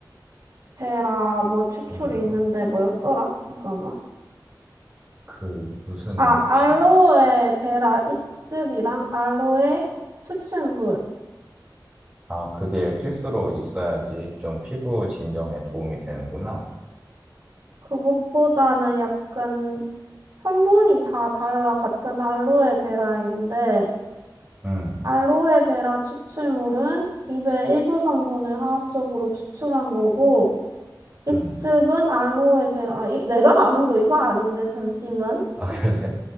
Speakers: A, on the right; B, on the right.
A: 베라 뭐 추출이
B: 질문.
A: 있는데 뭐였더라? 잠깐만.
B: 그 무슨
A: 아, 알로에
B: 팁?
A: 베라 잎즙이랑 알로에 추출물.
B: 아, 그게 필수로 있어야지 좀 피부 진정에 도움이 되는구나.
A: 그것보다는 약간 성분이 다 달라 같은 알로에 베라인데
B: 응,
A: 알로에베라 추출물은 잎의 일부 성분을 화학적으로 추출한 거고, 잎즙은
B: 응.
A: 알로에베라, 아, 이, 내가 아는 거 이거 아닌데, 잠시만.
B: 아, 그래?